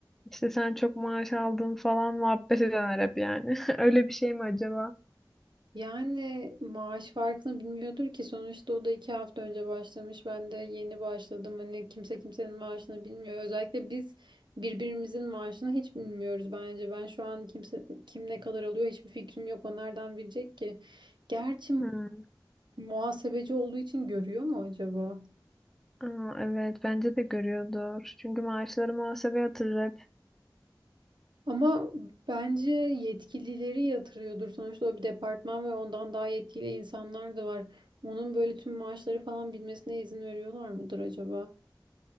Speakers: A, in the centre; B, on the right (about 70°).
A: İşte sen çok maaş aldın falan muhabbet eder hep yani. <laughs> Öyle bir şey mi acaba?
B: Yani maaş farkını bilmiyordur ki sonuçta o da iki hafta önce başlamış ben de yeni başladım hani kimse kimsenin maaşını bilmiyor özellikle biz birbirimizin maaşını hiç bilmiyoruz bence ben şu an kimse kim ne kadar alıyor hiçbir fikrim yok o nereden bilecek ki gerçi
A: Hmm.
B: muhasebeci olduğu için görüyor mu acaba?
A: Aa, evet bence de görüyordur. Çünkü maaşları muhasebe yatırır hep.
B: Ama bence yetkilileri yatırıyordur sonuçta o bir departman ve ondan daha yetkili insanlar da var onun böyle tüm maaşları falan bilmesine izin veriyorlar mıdır acaba?